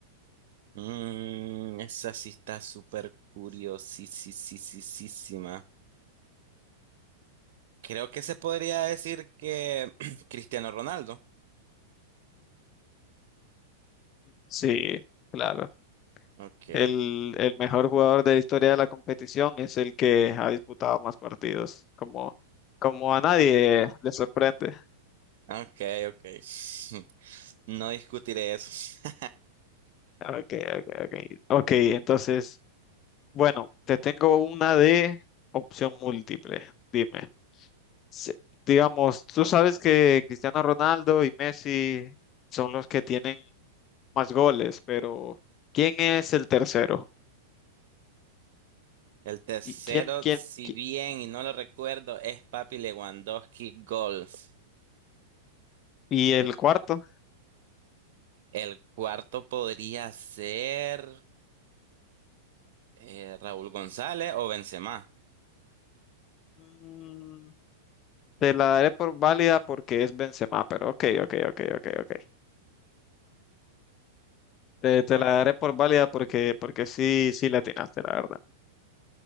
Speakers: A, on the right (about 55°); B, on the left (about 35°).
A: Mm, esa sí está súper curiosísima. Creo que se podría decir que <clears throat> Cristiano Ronaldo.
B: Sí, claro.
A: Ok,
B: El, el mejor jugador de la historia de la competición es el que ha disputado más partidos, como, como a nadie le sorprende.
A: ok, ok. <laughs> No discutiré eso. <laughs>
B: Ok, ok, ok. Ok, entonces, bueno, te tengo una de opción múltiple. Dime. Se- digamos, tú sabes que Cristiano Ronaldo y Messi son los que tienen más goles, pero ¿quién es el tercero?
A: El tercero,
B: ¿Y quién, quién,
A: si
B: qui-
A: bien y no lo recuerdo, es Papi Lewandowski Golf.
B: y el cuarto?
A: El cuarto podría ser eh, Raúl González o Benzema.
B: Mm, te la daré por válida porque es Benzema, pero ok, ok, ok, ok, ok. Te, te
A: Ok.
B: la daré por válida porque, porque sí, sí la atinaste, la verdad.